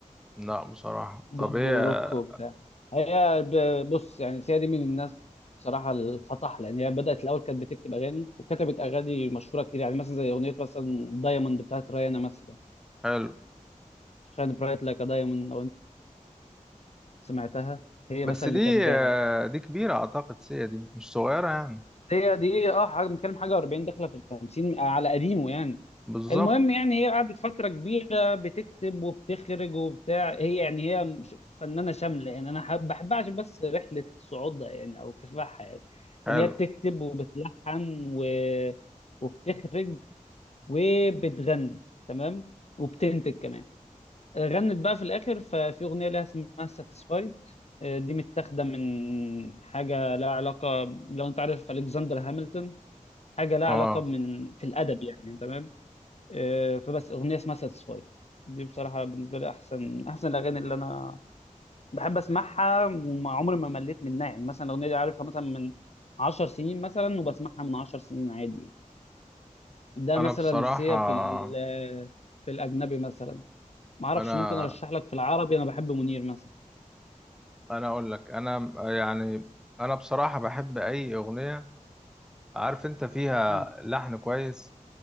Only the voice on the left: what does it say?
بوب
وروك وبتاع هي ب- بص يعني سيا دي من الناس بصراحه الفطح لان هي بدات الاول كانت بتكتب اغاني وكتبت اغاني مشهوره كتير يعني مثلا زي اغنيه مثلا دايموند بتاعت ريانا مثلا
شاين برايت لايك دايموند سمعتها هي
مثلا
اللي كاتباها
هي دي اه حاجه بنتكلم حاجه 40 داخله في ال 50 على قديمه يعني
المهم يعني هي قعدت فتره كبيره بتكتب وبتخرج وبتاع هي يعني هي مش- فنانه شامله يعني انا حب بحبها عشان بس رحله صعودها يعني او كفاحها يعني
يعني هي بتكتب وبتلحن و... وبتخرج وبتغني تمام وبتنتج كمان غنت بقى في الاخر ففي اغنيه لها اسمها ساتسفايد دي متاخده من حاجه لها علاقه لو انت عارف الكسندر هامilton حاجه لها
علاقه من في الادب يعني تمام آه، فبس اغنيه اسمها ساتسفايد دي بصراحه بالنسبه لي احسن احسن الاغاني اللي انا بحب اسمعها وما عمري ما مليت منها يعني مثلا الاغنيه دي عارفها مثلا من 10 سنين مثلا وبسمعها من 10 سنين عادي يعني. ده
مثلا
سيا في ال- في الاجنبي مثلا ما اعرفش
ممكن ارشح لك في العربي انا بحب منير مثلا
مم.